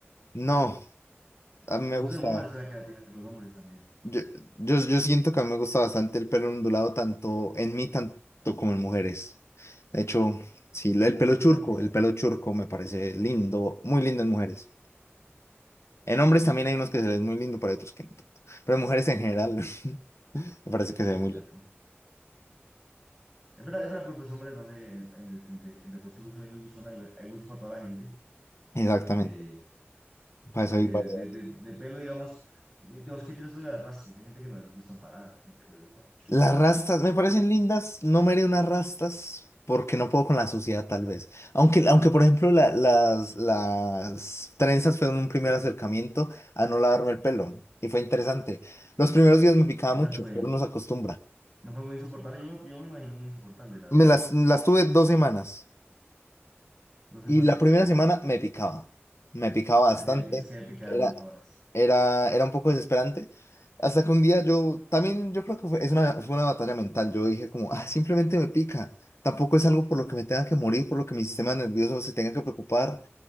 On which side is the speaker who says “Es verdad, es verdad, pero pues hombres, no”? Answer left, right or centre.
Centre